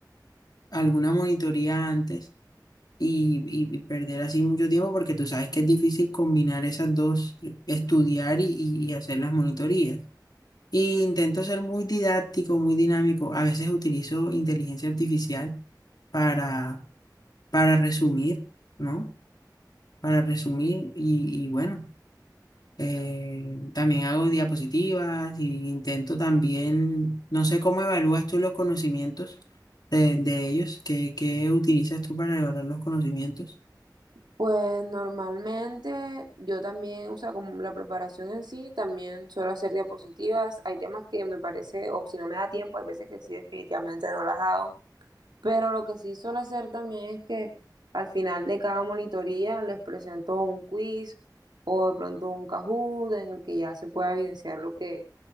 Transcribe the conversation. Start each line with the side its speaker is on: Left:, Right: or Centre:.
Left: alguna monitoría antes y, y- y perder así mucho tiempo porque tú sabes que es difícil combinar esas dos, estudiar y, y- y hacer las monitorías. Y intento ser muy didáctico, muy dinámico. A veces utilizo inteligencia artificial para, para resumir, ¿no? Para resumir y, y bueno. Eh, también hago diapositivas y intento también, no sé cómo evalúas tú los conocimientos de, de ellos, qué, qué utilizas tú para evaluar los conocimientos
Right: Pues normalmente yo también, o sea, como la preparación en sí, también suelo hacer diapositivas. Hay temas que me parece, o si no me da tiempo, hay veces que sí, definitivamente no las hago Pero lo que sí suelo hacer también es que al final de cada monitoría les presento un quiz o de pronto un Kahoot en el que ya se pueda evidenciar lo que,